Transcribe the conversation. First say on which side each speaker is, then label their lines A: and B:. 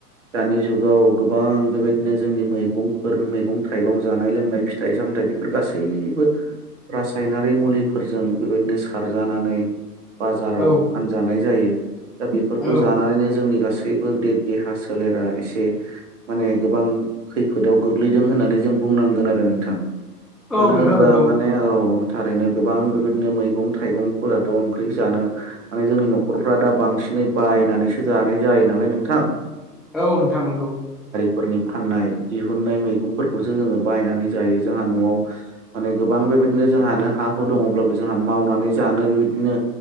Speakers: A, on the right; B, in the centre.
A: दानि जुगाव गोबां बेबायदिनो जोंनि मैगंफोर मैगं थाइगं जानाय लोंनाय फिथाइ सामथाइ बेफोर गासैबो रासायनारि मुलिफोरजों बेबायदिनो सारजानानै बाजाराव
B: औ
A: फानजानाय जायो दा बेफोरखौ
B: औ
A: जानानैनो जोंनि गासैबो गासैबो बे देहा सोलेरा एसे माने गोबां खैफोदाव गोग्लैदों होननानै जों बुंनांगोन आरो नोंथां
B: औ
A: मानो
B: नोंथां
A: होनबा
B: नंगौ
A: माने औ थारैनो गोबां बेबायदिनो मैगं थाइगंफोराथ' ओंख्रि जानो माने जोंनि न'खरफ्रा दा बांसिन नै बायनानैसो जानाय जायो नालाय नोंथां
B: औ नोंथां नोंगौ
A: फोरनि फाननाय दिहुननाय मैगंफोर जोङो बायनानै जायो जोंहा न'आव माने गोबां बेबायदिनो जोंहानो हा हु दङब्लाबो जोंहा मावनानै जानो बेबायदिनो